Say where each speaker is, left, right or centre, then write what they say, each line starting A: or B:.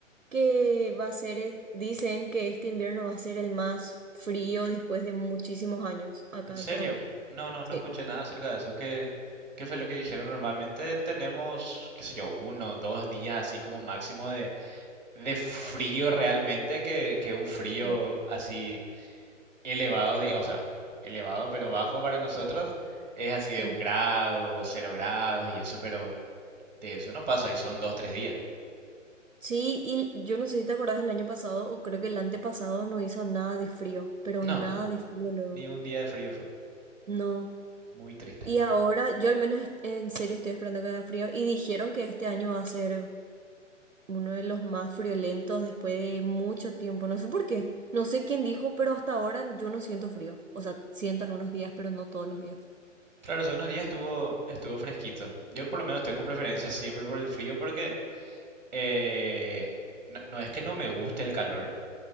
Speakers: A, on the right; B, on the right.
A: que va a ser, eh, dicen que este invierno va a ser el más frío después de muchísimos años acá
B: ¿En serio?
A: en Paraguay.
B: No, no,
A: Sí.
B: no escuché nada acerca de eso. ¿Qué, qué fue lo que dijeron? Normalmente tenemos, qué sé yo, uno, dos días así como máximo de, de frío realmente, que, que un frío
A: Sí.
B: así elevado, di- o sea, elevado pero bajo para nosotros es así de
A: Sí.
B: un grado, cero grados y eso, pero de eso no pasa y son dos, tres días.
A: Sí, y yo no sé si te acordás del año pasado o creo que el antepasado no hizo nada de frío, pero
B: No,
A: nada de frío luego.
B: ni un día de frío fue.
A: No.
B: Muy triste.
A: Y ahora, yo al menos est- en serio estoy esperando que haga frío. Y dijeron que este año va a ser uno de los más friolentos después de mucho tiempo. No sé por qué. No sé quién dijo, pero hasta ahora yo no siento frío. O sea, siento algunos días, pero no todos los días.
B: Claro, hace unos días estuvo, estuvo fresquito. Yo por lo menos tengo preferencia siempre por el frío porque... Eh, no, no es que no me guste el calor,